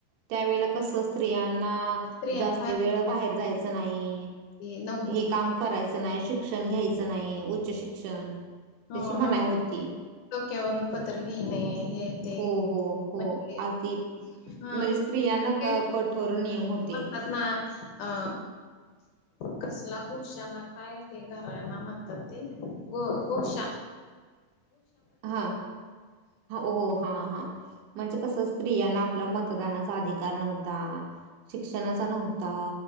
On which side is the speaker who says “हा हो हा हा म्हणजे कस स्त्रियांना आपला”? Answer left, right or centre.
Right